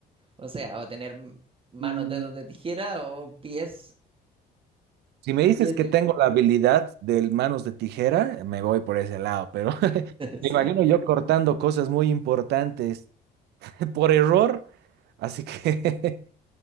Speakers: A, on the right; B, on the right.
A: O sea, o tener m- manos,
B: Mm,
A: dedos de tijera o pies,
B: Si me dices
A: pies
B: que
A: de,
B: tengo la habilidad de manos de tijera, me voy por ese lado, pero
A: <laughs>
B: Me imagino
A: sí,
B: yo cortando cosas muy importantes <laughs> por error, así que,